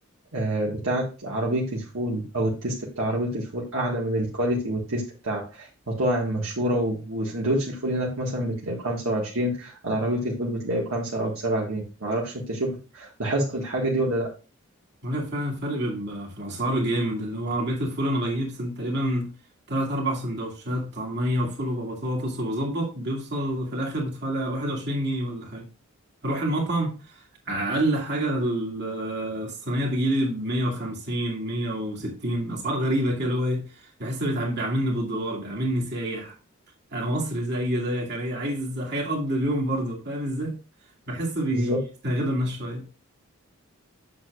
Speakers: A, on the right; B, on the right.
A: آه، بتاعت عربيه الفول او التيست بتاع عربيه الفول اعلى من الكواليتي والتيست بتاع مطاعم مشهوره و- وسندوتش الفول هناك مثلا بتلاقيه ب 25 على عربيه الفول بتلاقيه بخمسة او بسبعة جنيه معرفش انت شفت لاحظت الحاجه دي ولا لا
B: هي فعلا الفرق بيبقى في الأسعار جامد اللي هو عربية الفول أنا بجيب سن تقريبا تلات أربع سندوتشات طعمية وفول وبطاطس وبظبط بيوصل في الآخر بدفع لي واحد وعشرين جنيه ولا حاجة اروح المطعم اقل حاجه ال- الصينيه تجيلي ب 150 160 اسعار غريبه كده اللي هو ايه بحس بيتعامل- بيعاملني بالدولار بيعاملني سايح انا مصري زي زيك انا إيه، عايز حياه اقضي اليوم برضه فاهم ازاي بحس بيستغلوا
A: بالظبط
B: الناس شويه